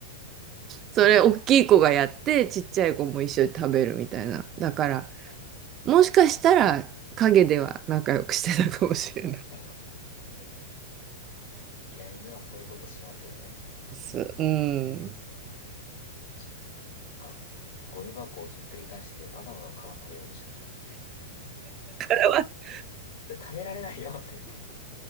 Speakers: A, on the right; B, on the left.
A: それ大きい子がやってちっちゃい子も一緒に食べるみたいな。だから、
B: あ
A: もしかしたら陰では仲良くしてたかもしれない
B: なるほどいや、犬はそういうことしますよね。
A: です。うん。
B: うちの犬が、ゴミ箱をひっくり返してバナナの皮食べようとしてましたね。
A: <laughs>
B: それ食べられないよって言って、